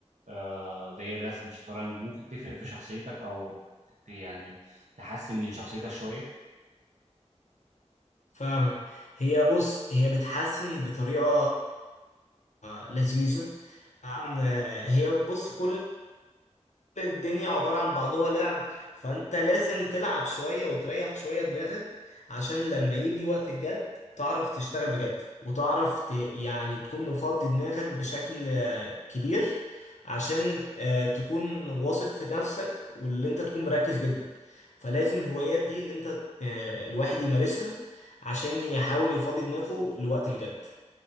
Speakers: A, on the right; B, on the left.
A: آه زي الرسم الشطرنج ممكن تفرق في شخصيتك او ت- يعني تحسن من شخصيتك شويه
B: فاهمك هي بص هي بتحسن بطريقة آه، لذيذة عن- آه، هي بص كل الدنيا عبارة عن بعضها لعب فانت لازم تلعب شوية وتريح شوية دماغك عشان لما يجي وقت الجد تعرف تشتغل بجد وتعرف ت... يعني تكون مفضي دماغك بشكل آه، كبير عشان آه، تكون واثق في نفسك واللي انت تكون مركز جدا فلازم الهوايات دي اللي انت آه، الواحد يمارسها عشان يحاول يفضي دماغه لوقت الجد